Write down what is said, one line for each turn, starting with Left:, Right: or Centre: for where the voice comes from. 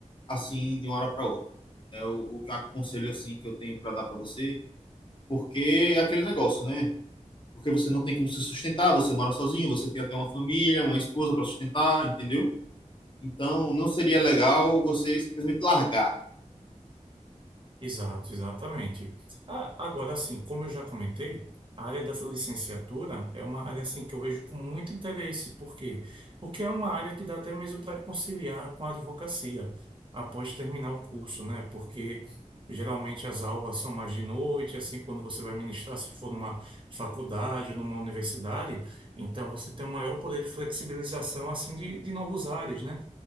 Left: assim de uma hora para outra. É o, o aconselho assim que eu tenho para dar para você, porque é aquele negócio, né? Porque você não tem como se sustentar, você mora sozinho, você tem até uma família, uma esposa para sustentar, entendeu? Então, não seria legal você simplesmente largar.
Right: Exato, exatamente. Ah, agora, assim, como eu já comentei, a área da licenciatura é uma área assim que eu vejo com muito interesse. Por quê? Porque é uma área que dá até mesmo para conciliar com a advocacia após terminar o curso, né? Porque geralmente as aulas são mais de noite, assim, quando você vai ministrar, se for numa faculdade ou numa universidade, então você tem um maior poder de flexibilização assim de, de novos ares, né?